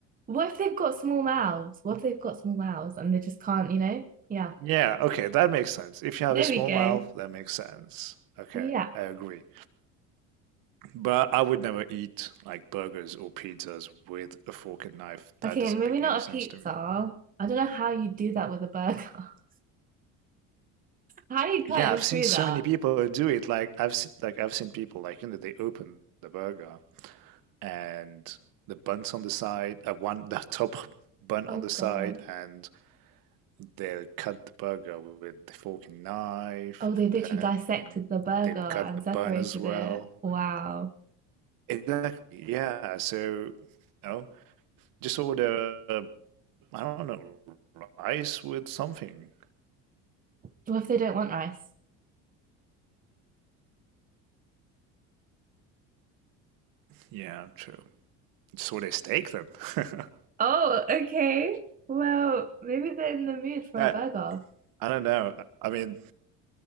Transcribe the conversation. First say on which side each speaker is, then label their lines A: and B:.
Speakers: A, on the right; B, on the right.
A: What if they've got small mouths? What if they've got small mouths and they just can't, you know? Yeah.
B: Yeah, okay, that makes sense. If you have
A: There
B: a small
A: we go.
B: mouth, that makes sense. Okay,
A: Yeah.
B: I agree. But I would never eat like burgers or pizzas with a fork and knife. That
A: Okay,
B: doesn't
A: and maybe
B: make
A: not
B: any sense
A: a pizza.
B: to me.
A: I don't know how you do that with a burger. <laughs> How are you cutting
B: Yeah, I've seen
A: through
B: so
A: that?
B: many people do it. Like I've seen, like I've seen people like you know they open the burger and the buns on the side, uh, one the <laughs> top bun
A: Oh
B: on
A: God.
B: the side, and they'll cut the burger with the fork and knife,
A: Oh, they literally
B: and
A: dissected
B: then
A: the burger
B: they'll
A: and
B: cut the bun
A: separated
B: as well.
A: it. Wow.
B: Exactly, yeah. So, you know, just order, uh, I don't know, rice with something.
A: What if they don't want rice?
B: Yeah, true. Just order a steak then. <laughs>
A: Oh, okay. Well, maybe they're in the mood for
B: yeah,
A: a burger.
B: I don't know. I mean,